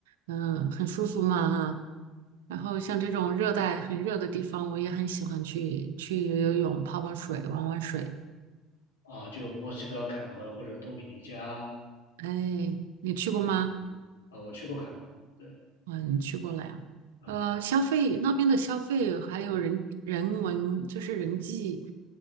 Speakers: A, on the right; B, on the left.
A: 嗯、很舒服嘛哈。然后像这种热带很热的地方，我也很喜欢去去游游泳、泡泡水、玩玩水。
B: 啊，就墨西哥坎昆或者多米尼加，
A: 哎，你去过吗？
B: 对啊，我去过坎昆，对，
A: 嗯，你去过了呀？
B: 嗯。
A: 呃，消费那边的消费还有人人文，就是人际，